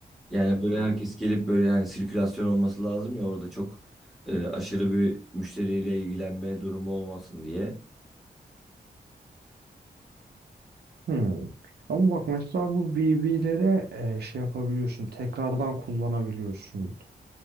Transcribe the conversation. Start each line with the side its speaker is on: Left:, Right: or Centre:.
Centre: Yani böyle herkes gelip böyle hani sirkülasyon olması lazım ya orada çok e, aşırı bir müşteriyle ilgilenme durumu olmasın diye.
Right: Hmm. Ama bak mesela bu VB'lere e, şey yapabiliyorsun. Tekrardan kullanabiliyorsun.